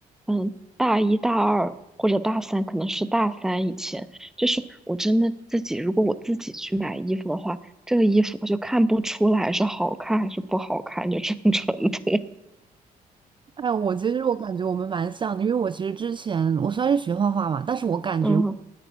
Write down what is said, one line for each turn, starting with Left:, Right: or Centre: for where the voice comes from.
Centre: 嗯，大一大二或者大三，可能是大三以前，就是我真的自己，如果我自己去买衣服的话，这个衣服我就看不出来是好看还是不好看，就这种程度。
Right: 哎，我其实我感觉我们蛮像的，因为我其实之前我虽然是学画画嘛，但是我感觉
Centre: <laughs> 嗯